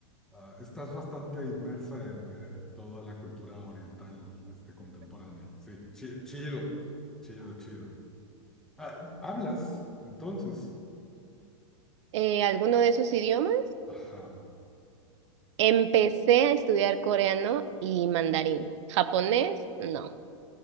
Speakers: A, in the centre; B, on the right.
A: Ah, estás bastante inmersa en eh, toda la cultura oriental este, contemporánea. Sí, chi- chido, chido, chido. Ah, ¿hablas? Entonces,
B: eh, alguno de esos idiomas.
A: ajá.
B: Empecé a estudiar coreano y mandarín. Japonés, no.